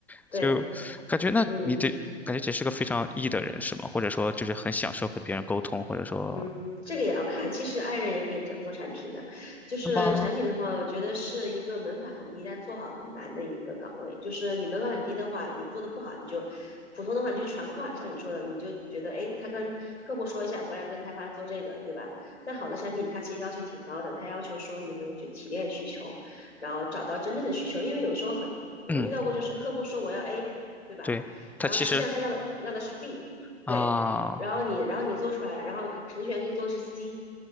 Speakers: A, on the left; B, in the centre.
A: 对，
B: 就感觉那你得感觉这是个非常
A: 嗯。
B: E 的人是吗？或者说就是很享受跟别人沟通，或者说
A: 嗯，这个也要看。其实 i 人也可以做做产品的，就是产品的话，
B: 是吗？
A: 我觉得是一个门槛很低，但做好很难的一个岗位。就是你门槛很低的话，你做的不好，你就普通的话，你就传个话，像你说的，你就觉得诶，他跟客户说一下，回来跟开发做这个，对吧？但好的产品它其实要求挺高的，它要求说你能去提炼需求，然后找到真正的需求，因为有时候很，我遇到过就是客户说我要
B: 嗯，
A: A，对吧？
B: 对，他其实
A: 然后实际上他要的要的是 B。
B: 啊，
A: 对，然后你然后你做出来，然后程序员给你做的是 C，